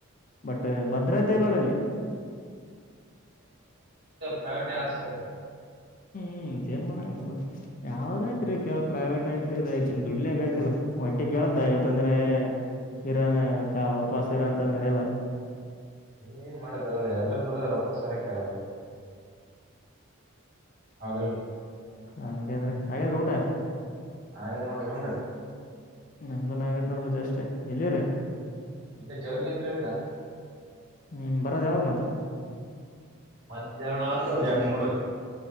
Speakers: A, on the left (about 35°); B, on the right (about 50°).
A: ಬಟ್ ಭದ್ರತೆ ಇಲ್ಲ ನೋಡ ಅಲ್ಲಿ
B: ಪ್ರೈವಟ್ ಆಸರ
A: ಹ್ಮ ೇನ್ಮ ಯಾವ್ದಾಯ್ತ್ ರೀ ಕೆಲ ಪ್ರೈವೇಟ್ ಆಯ್ತು ಇದಾಯ್ತು ದುಡ್ಲೆೇ ಬೇಕಲ್ಲ ಹೊಟ್ಟೆ ಕೇಳ್ದ ಇವತ್ತೊಂದ್ರೆ ಇರ ಉಪವಾಸ ಇರ ಅಂತದ ನಡೆಯಲ್ಲ
B: ಏನ್ ಮಾಡಾಕ್ ಆಗಲ್ಲ ಎಲ್ಲಾರ ದುಡದ ರೊಕ್ಕ ಸಾಲಕ ಅಲ್ಲ ಹೌದಲ್
A: ಹಂಗಾದ್ರಿ ಹಾಗಾದ್ರಿ ಊಟ
B: ಅಗದಿ ನೋಡರಿ ನಿಮ್ಮದ
A: ನಮ್ದನ್ ಆಗೇತ್ ನೋಡ್ರಿ ಜಷ್ಟ ಎಲ್ಲಿರಿ
B: ಇಲ್ಲೇ ಜವ್ರಿಗೆ ಅಂತ ಹೇಳಿದ
A: ಹ್ಮ್ ಬರದ ಯಾವಾಗ ಮತ್ತ
B: ಮಧ್ಯಾಹ್ನ ಅಗತದ ಒಂದ ಎರಡ ಮೂರ